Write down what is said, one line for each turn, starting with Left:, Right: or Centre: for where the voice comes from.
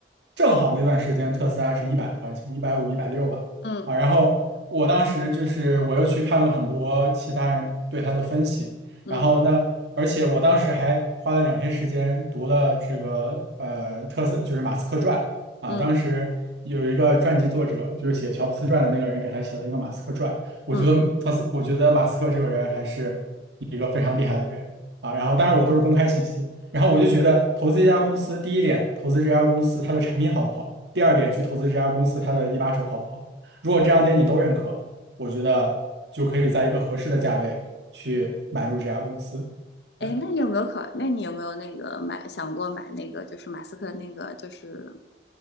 Right: 正好那段时间特斯拉是一百多块钱，一百五、一百六吧。
Left: 嗯
Right: 啊，然后我当时就是我又去看了很多其他人对他的分析，
Left: 嗯
Right: 然后那而且我当时还花了两天时间读了这个呃特斯就是马斯克传啊，
Left: 嗯
Right: 当时有一个传记作者就是写乔布斯传的那个人给他写了一个马斯克传，我觉得特斯我觉得马斯克这个人还是一个非常厉害的人啊，
Left: 嗯。
Right: 然后当然我都是公开信息，然后我就觉得投资一家公司，第一点投资这家公司它的产品好不好，第二点去投资这家公司它的一把手好不好。如果这两点你都认可，我觉得就可以在一个合适的价位去买入这家公司。
Left: 哎，
Right: 对
Left: 那你有没有考？那你有没有那个买想过买那个就是马斯克那个就是